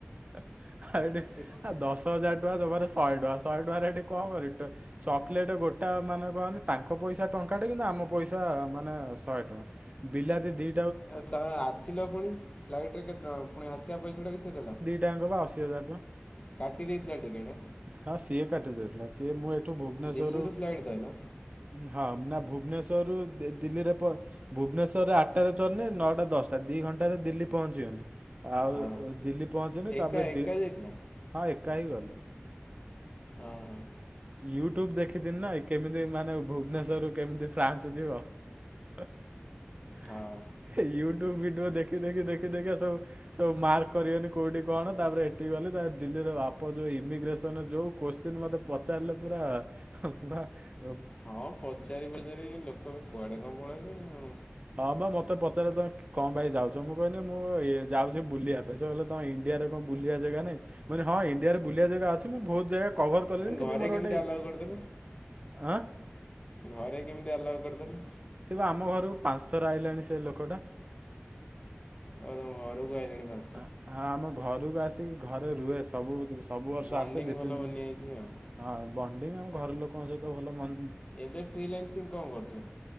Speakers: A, on the right; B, on the left.
A: ଆଉ ଏଠି
B: <unintelligible>
A: ଦଶ ହଜାର ଟଙ୍କା ଜମାରୁ ଶହେ ଟଙ୍କା। ଶହେ ଟଙ୍କାରେ ଏଠି କଣ କରି ଟ ଚକଲେଟ ଗୋଟା ମାନେ କହନି ତାଙ୍କ ପଇସା ଟଙ୍କାଟେ କିନ୍ତୁ ଆମ ପଇସା ମାନେ ଶହେ ଟଙ୍କା। ବିଲାତି ଦି
B: ଏ ତମେ ଆସିଲ ପୁଣି? ଫ୍ଲାଇଟରେ କେତେ ଟଙ୍କା? ପୁଣି ଆସିବା ପଇସାଟା ବି ସିଏ ଦେଲା?
A: ଟ୍ୟାଙ୍କ ପା ଅଶି ହଜାର ଟଙ୍କା।
B: କାଟି ଦେଇଥିଲା ଟିକେଟ।
A: ହଁ ସିଏ କାଟିଦେଇଥିଲା। ସିଏ ମୁଁ ଏଠୁ ଭୁବନେଶ୍ଵରରୁୁ।
B: ଦିଲ୍ଲୀରୁ ଫ୍ଲାଇଟ୍ ଧଇଲ
A: ହଁ ନା ଭୁବନେଶ୍ଵରରୁ ଦେ ଦିଲ୍ଲୀରେ ପ ଭୁବନେଶ୍ୱରରେ ଆଠଟାରେ ଚଢ଼ିନି ନଅଟା, ଦଶଟା ଦି ଘଣ୍ଟାରେ ଦିଲ୍ଲୀ ପହଞ୍ଚିଗନି। ଆଉ
B: ହଁ
A: ଦିଲ୍ଲୀ ପହଞ୍ଚିଗନି
B: ଏକା
A: ତାପରେ
B: ଏକା
A: ଦି
B: ଯାଇଥିଲ
A: ହଁ ଏକା ହି ଗଲି।
B: ଅ ହଁ।
A: ୟୁ ଟ୍ୟୁବ ଦେଖିଥିନି ନା। କେମିତି ମାନେ ଭୁବନେଶ୍ୱରରୁ କେମିତି ଫ୍ରାନ୍ସ ଯିବ। <unintelligible>
B: ହଁ।
A: ୟୁ ଟ୍ୟୁବ ଭିଡିଓ ଦେଖି ଦେଖି ଦେଖି ଦେଖିକା ସବୁ। ସବୁ ମାର୍କ କରିଗନି କୋଉଠି କଣ। ତାପରେ ଏଠିକି ଗଲି ତା ଦିଲ୍ଲୀରେ ବାପ ଯୋଉ ଇମିଗ୍ରେସନ ଯୋଉ। କୋଶ୍ଚିିନ ମତେ ପଚାରିଲେ ପୁରା ହଁ ପୁରା ଅ
B: ହଁ ପଚାରି ପଚାରି ଲୋକ ବି କୁଆଡେ କଣ ପଳେଇଲେଣି।
A: ହଁ ପା ମତେ ପଚାରିଲେ ତମେ କଣ ପାଇଁ ଯାଉଛ? ମୁଁ କହିନି ମୁଁ ଇଏ ଯାଉଛି ବୁଲିବା ପାଇଁ। ସେ କହିଲେ ତମ ଇଣ୍ଡିଆରେ କଣ ବୁଲିବା ଜାଗା ନାଇଁ? ମୁଁ କହିନି ହଁ ଇଣ୍ଡିଆରେ ବୁଲିିବା ଜାଗା ଅଛି। ମୁଁ ବହୁତ ଜାଗା କଭର
B: ଆଉ।
A: କଲିଣି
B: ଘରେ
A: କିନ୍ତୁ ମୋର
B: କେମିତି
A: ଗୋଟେ ଇ
B: ଆଲାଉ କରିଦେଲେ?
A: ଆଁ।
B: ଘରେ କେମିତି ଆଲାଉ କରିଦେଲେ?
A: ସେ ପା ଆମ ଘରକୁ ପାଞ୍ଚ ଥର ଆଇଲାଣି ସେ ଲୋକଟା।
B: ଓ ତମ ଘରକୁ ଆଇଲାଣି ପା
A: ହଁ ହଁ ଆମ ଘରକୁ ଆସିକି ଘରେ ରୁହେ ସବୁ ସବୁ ବର୍ଷ
B: ବଣ୍ଡିଙ୍ଗ
A: ଆସେ ଦି,
B: ଭଲ
A: ତିନି ଦିନି।
B: ବନିଯାଇଛି ଆଉ
A: ହଁ ବଣ୍ଡିଙ୍ଗ ଆମ ଘର ଲୋକଙ୍କ ସହିତ ଭଲ ମ
B: ଏବେ ଫ୍ରିଲାନ୍ସିଙ୍ଗ କଣ କରୁଚୁ?